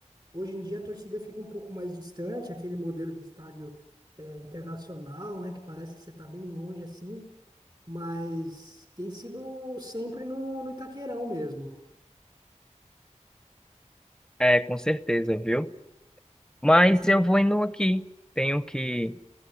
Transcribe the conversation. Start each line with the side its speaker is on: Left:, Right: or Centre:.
Right: Hoje em dia a torcida fica um pouco mais distante, aquele modelo de estádio é, internacional, né? Que parece que você está bem longe assim. Mas tem sido sempre no, no Itaquerão mesmo.
Centre: É, com certeza, viu? Mas eu vou indo aqui. Tenho que